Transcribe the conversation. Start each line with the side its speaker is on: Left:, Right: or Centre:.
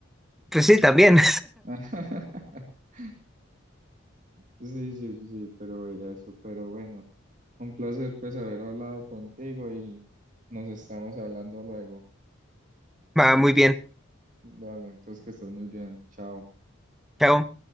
Centre: Pues sí, también.
Right: <laughs> Sí, sí, sí, sí, pero y eso, pero bueno, un placer pues haber hablado contigo y nos estamos hablando luego.
Centre: <laughs> Va muy bien.
Right: Dale, entonces que estés muy bien, chao.
Centre: Chao.